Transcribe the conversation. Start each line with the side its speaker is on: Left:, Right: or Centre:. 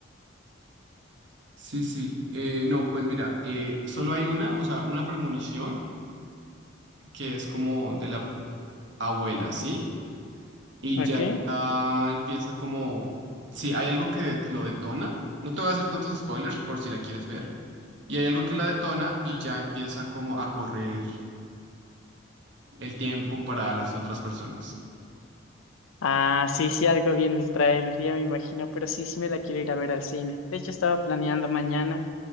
Right: Sí, sí. Eh, no, pues mira, eh, solo hay una, o sea, una premonición que es como de la abuela, ¿sí? Y
Left: Ok.
Right: ya ah, empieza como, sí, hay algo que lo detona. No te voy a hacer tantos spoilers por si la quieres ver. Y hay algo que la detona y ya empiezan como a correr. el tiempo para las otras personas.
Left: Ah, sí, sí, algo bien el tráiler, ya me imagino, pero sí, sí me la quiero ir a ver al cine. De hecho, estaba planeando mañana